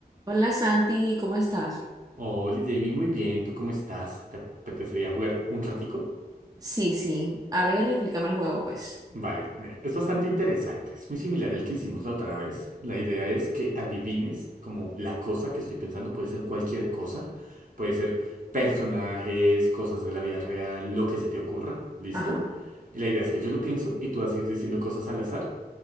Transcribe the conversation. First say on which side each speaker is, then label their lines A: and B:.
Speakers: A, on the right; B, on the right.
A: Hola Santi, ¿cómo estás?
B: Hola Jamie, muy bien, ¿tú cómo estás? ¿Te apetecería jugar un ratico?
A: Sí, sí. A ver, explícame el juego, pues.
B: Vale, mira, es bastante interesante, es muy similar al que hicimos la otra vez. La idea es que adivines como la cosa que estoy pensando, puede ser cualquier cosa, puede ser personajes, cosas de la vida real, lo que se te ocurra, ¿listo?
A: Ajá,
B: Y la idea es que yo lo pienso y tú vas a ir diciendo cosas al azar